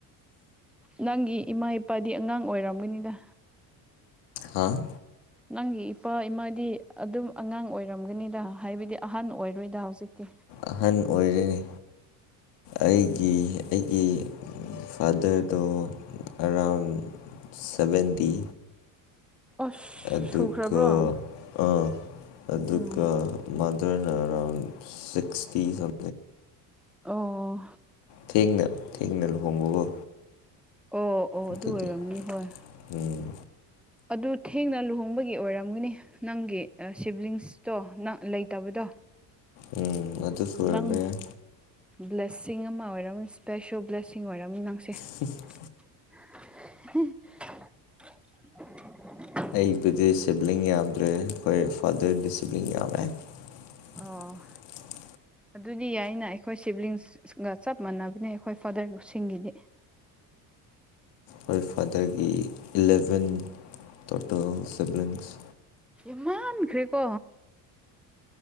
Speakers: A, in the centre; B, on the left.
A: ꯅꯪꯒꯤ ꯏꯃꯥ ꯏꯄꯥꯗꯤ ꯑꯉꯥꯡ ꯑꯣꯏꯔꯝꯒꯅꯤꯗ
B: ꯍꯥꯥ
A: ꯅꯪꯒꯤ ꯏꯄꯥ ꯏꯃꯥꯗꯤ ꯑꯗꯨꯝ ꯑꯉꯥꯡ ꯑꯣꯏꯔꯝꯒꯅꯤꯗ ꯍꯥꯏꯕꯗꯤ ꯑꯍꯟ ꯑꯣꯏꯔꯣꯏꯗ ꯍꯧꯖꯤꯛꯇꯤ
B: ꯑꯍꯟ ꯑꯣꯏꯔꯦꯅꯦ ꯑꯩꯒꯤ ꯑꯩꯒꯤ ꯐꯥꯗꯔꯗꯣ ꯑꯔꯥꯎꯟ ꯁꯚꯦꯟꯗꯤ
A: ꯑꯁ
B: ꯑꯗꯨꯒ
A: ꯁꯨꯈ꯭ꯔꯕ꯭ꯔꯣ
B: ꯑꯥ ꯑꯗꯨꯒ
A: ꯎꯝ
B: ꯃꯥꯗꯔꯅ ꯑꯔꯥꯎꯟ ꯁꯤꯛꯁꯇꯤ ꯁꯝ
A: ꯑꯣ
B: ꯊꯦꯡꯅ ꯊꯦꯡꯅ ꯂꯨꯍꯣꯡꯕꯀꯣ
A: ꯑꯣ ꯑꯣ
B: ꯑꯗꯨꯒꯤ
A: ꯑꯗꯨ ꯑꯣꯏꯔꯝꯒꯅꯤ ꯍꯣꯏ
B: ꯎꯝ
A: ꯑꯗꯨ ꯊꯦꯡꯅ ꯂꯨꯍꯣꯡꯕꯒꯤ ꯑꯣꯏꯔꯝꯒꯅꯤ ꯅꯪꯒꯤ ꯁꯤꯕ꯭ꯂꯤꯡꯁꯇꯣ ꯅꯪ ꯂꯩꯇꯕꯗꯣ
B: ꯎꯝ ꯑꯗꯨ ꯁꯨꯔꯝꯕ
A: ꯅꯪ
B: ꯌꯥꯏ
A: ꯕ꯭ꯂꯦꯁꯁꯤꯡ ꯑꯃ ꯑꯣꯏꯔꯝ ꯏꯁꯄꯦꯁꯦꯜ ꯕ꯭ꯂꯦꯁꯤꯡ ꯑꯣꯏꯔꯝꯅꯤ ꯅꯪꯁꯦ
B: ꯁꯤꯁ <unintelligible>
A: <unintelligible> <inaudible>
B: ꯑꯩꯕꯨꯗꯤ ꯁꯤꯕ꯭ꯂꯤꯡ ꯌꯥꯝꯗ꯭ꯔꯦ ꯑꯩꯈꯣꯏ ꯐꯥꯗ꯭ꯔꯗꯤ ꯁꯤꯕ꯭ꯂꯤꯡ ꯌꯥꯝꯃꯦ <inaudible>
A: ꯑꯣ ꯑꯗꯨꯗꯤ ꯌꯥꯏꯅ ꯑꯩꯈꯣꯏ ꯁꯤꯕꯂꯤꯡꯒ ꯆꯞ ꯃꯥꯟꯅꯕꯅꯦ ꯑꯩꯈꯣꯏ ꯐꯥꯗꯔꯁꯤꯡꯒꯤꯗꯤ
B: ꯑꯩꯈꯣꯏ ꯐꯥꯗꯔꯒꯤ ꯏꯂꯚꯦꯟ ꯇꯣꯇꯦꯜ ꯁꯤꯕ꯭ꯂꯤꯡꯁ
A: ꯌꯥꯃꯟꯈ꯭ꯔꯦꯀꯣ